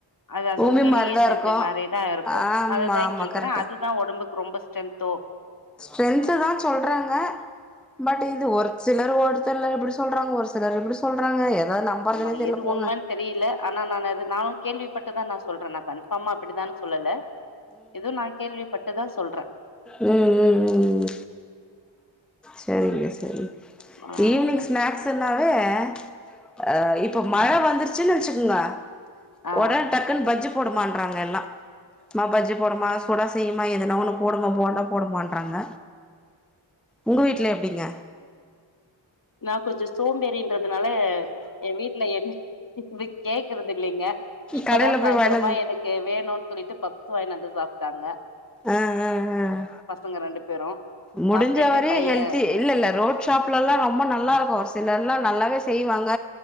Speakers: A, on the left (about 45°); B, in the centre.
A: அது அந்த
B: உமி
A: உம்மிலயே
B: மாரிதா
A: செஞ்ச
B: இருக்கு
A: மாரிதா இருக்கு
B: ஆமா
A: அதுதா
B: ஆமா
A: கேக்குறே
B: கரெக்ட்டு
A: அதுதா ஒடம்புக்கு ரொம்ப ஸ்ட்ரென்தோ
B: ஸ்ட்ரென்து தா சொல்றாங்க பட் இது ஒரு சிலர் ஒரு தர இப்பிடி சொல்றாங்க ஒரு சிலர் இப்பிடி சொல்றாங்க எத நம்பறதுனே
A: ஆமா
B: தெர்ல
A: எது
B: போங்க
A: உண்மேன்னு தெரியல ஆனா நான் அது நானு கேள்விப்பட்டுத நா சொல்றே நா ஆமா அப்படிதான்னு சொல்லல எது நா கேள்வி பட்டுதா சொல்றே
B: உம் உம் உம் உம் சரிங்க சரி
A: ஆங்க
B: ஈவினிங் ஸ்நாக்ஸ் என் வே ஆ இப்ப மழை வந்துருச்சுன்னு வச்சுக்கங்க
A: ஆ
B: ஒடனே டக்குன் பஜ்ஜுப் போடு மான்றாங்க எல்லா மா பஜ்ஜி போடுமா சூடா செய்யுமா எதுனா ஒண்ணு போடுமா போண்டா போடு மான்றாங்க உங்க வீட்டில எப்படிங்க
A: நா கொஞ்சோ சோம்பறின்ற அதனால எ வீட் இல்ல என்ன இது கேக்குறது இல்லைங்க இப்பதா
B: கடைல
A: சாய்ந்தரமா
B: போய் வாங்கினு வந்து
A: எனக்கு வேணுனு சொல்லிட்டு பப்ஸ் வாங்கின வந்து சாப்டாங்க
B: ஆ ஆ ஆ
A: பசங்க ரெண்டு பேரு
B: முடிஞ்ச
A: சாப்ட்டுட்டு
B: வரே
A: பைய
B: ஹெல்தி இல்ல இல்ல ரோட் ஷாப்லலா ரொம்ப நல்லாருக்கு சிலர்ல்லா நல்லாவே செய்வாங்க